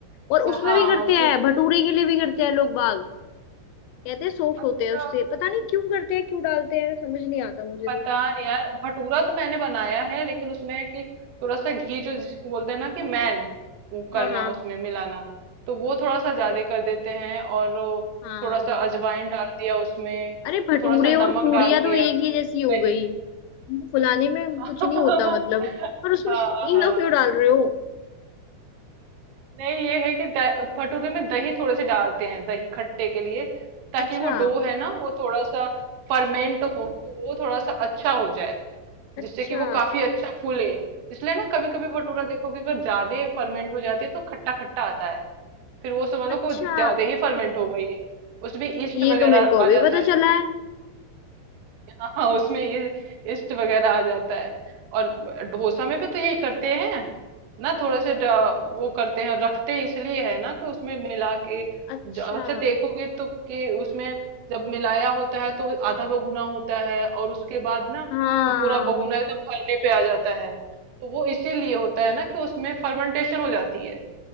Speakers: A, on the left; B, on the right.
A: और उसमें
B: हाँ
A: भी करते हैं
B: क्योंकि
A: भटूरे के लिए भी करते हैं लोग बाग कहते हैं सॉफ्ट
B: अच्छा
A: होते हैं उससे पता नहीं क्यों करते हैं क्यों डालते हैं समझ नहीं आता मुझे
B: पता
A: तो
B: नहीं यार भटूरा तो मैंने बनाया है लेकिन उसमें है कि थोड़ा सा घी जो जिसको बोलते हैं ना कि मैन वो
A: हाँ
B: करना
A: हाँ
B: उसमें मिलाना तो वो थोड़ा सा ज्यादा कर देते हैं और वो
A: हाँ
B: थोड़ा सा अजवाइन डाल दिया उसमें
A: अरे भटूरे
B: और थोड़ा सा नमक
A: और पूड़ियाँ
B: डाल
A: तो
B: दिया
A: एक ही जैसी हो
B: दही
A: गई उनको फुलाने में
B: <laughs>
A: कुछ नहीं होता मतलब पर उसमें
B: हाँ
A: <laughs>
B: हाँ
A: इनो क्यों डाल
B: हाँ
A: रहे हो
B: नहीं ये है कि द- भटूरे में दही थोड़े से डालते हैं दही खट्टे के लिए ताकि
A: अच्छा
B: वो डो है ना वो थोड़ा सा फर्मेंट हो के वो थोड़ा सा अच्छा हो जाए जिससे
A: अच्छा
B: कि वो काफी अच्छा फूले इसलिए ना कभी कभी भटूरा देखो कि अगर ज्यादा फर्मेंट हो जाती है तो खट्टा खट्टा आता है फिर वो समझ लो
A: अच्छा
B: कि वो ज्यादा ही फर्मेंट हो गई है उसमें ईस्ट
A: ये
B: वगैरह
A: तो मेरे को अभी
B: आ जाता
A: पता
B: है
A: चला
B: ना
A: है
B: हाँ उसमें ये इस्ट वगैरह आ जाता है और डोसा में भी तो यही करते हैं ना थोड़े से ड- वो करते हैं रखते हैं इसलिए है ना कि उसमें मिला के
A: अच्छा
B: ज- अच्छा देखोगे तो कि उसमें जब मिलाया होता है तो आधा बगुना होता है और उसके बाद ना
A: हाँ
B: तो पूरा बगुना एकदम भरने पे आ जाता है तो वो इसीलिए होता है ना कि उसमें फर्मेंटेशन हो जाती है